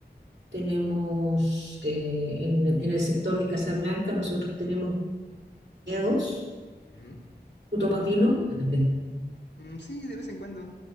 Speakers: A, on the right; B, on the left.
A: tenemos eh, en, en el sector de Casablanca, nosotros tenemos viñedos.
B: Ujú.
A: ¿Tú tomas vino? <laughs>
B: Mm, sí, de vez en cuando.